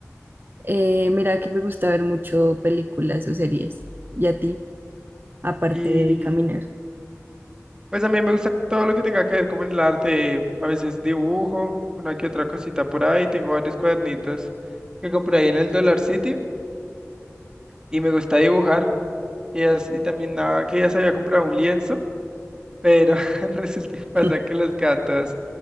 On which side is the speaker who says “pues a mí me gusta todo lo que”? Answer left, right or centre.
Right